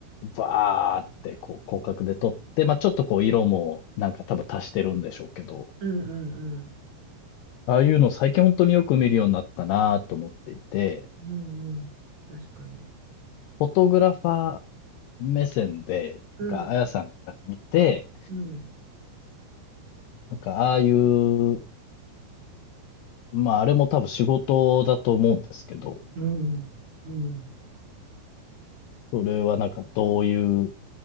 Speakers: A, on the left (about 80°); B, on the right (about 45°).
A: バーってこう広角で撮って、まあちょっとこう色もなんか多分足してるんでしょうけど、
B: うんうんうん。
A: ああいうの最近本当によく見るようになったなと思っていて、
B: うんうん。確かに。
A: フォトグラファー目線で、
B: うん。
A: なんかあやさんから見て、
B: うん。
A: なんかああいうまあ、あれも多分仕事だと思うんですけど、
B: うん。うん。
A: それはなんかどういう、